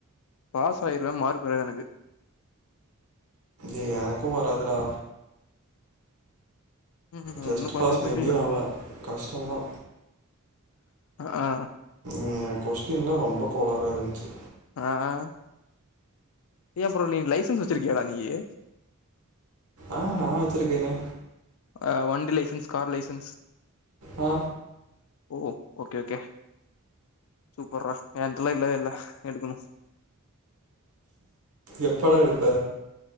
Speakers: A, on the left; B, on the right.
A: பாஸ் ஆயிருவே மார்க் வராது எனக்கு
B: ஏய் எனக்கு வராதுடா
A: ம்ஹூம்
B: ஜஸ்ட்
A: ஒன்னு பண்றதுக்கு
B: பாஸ் மேபி
A: இல்ல
B: ஆவே கஷ்டோந்தா
A: ஆ
B: ம் கொஸ்டின்லா ரொம்ப கோளாறா இருந்ச்சு
A: ஆஆ ஏ ப்ரோ நீ லைசன்ஸ் வச்சிருக்கியாடா நீயு
B: ஆ நா வச்சுருக்கேனே
A: ஆ வண்டி லைசன்ஸ் கார் லைசன்ஸ்
B: ஆ
A: ஓ ஓகே ஓகே சூப்பர்ரா ஏன்ட்டலா இல்லவே இல்ல எடுக்கணு
B: எப்படா எடுப்ப